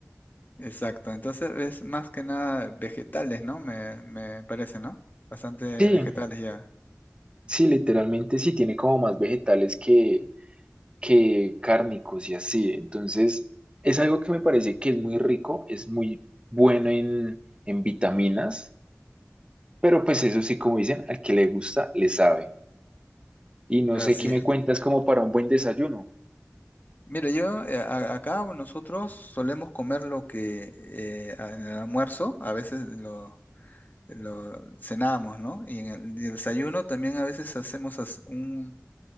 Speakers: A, on the left; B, on the right.
A: exacto. Entonces es más que nada vegetales, ¿no? Me, me parece, ¿no? Bastante
B: Sí,
A: vegetales ya.
B: sí, literalmente sí tiene como más vegetales que, que cárnicos y así. Entonces es algo que me parece que es muy rico, es muy bueno en, en vitaminas, pero pues eso sí, como dicen, al que le gusta, le sabe. Y no
A: Así
B: sé qué me
A: es.
B: cuentas como para un buen desayuno.
A: Mira, yo eh, a- acá nosotros solemos comer lo que eh, a- en el almuerzo a veces lo, lo cenamos, ¿no? Y en el, y el desayuno también a veces hacemos as- un,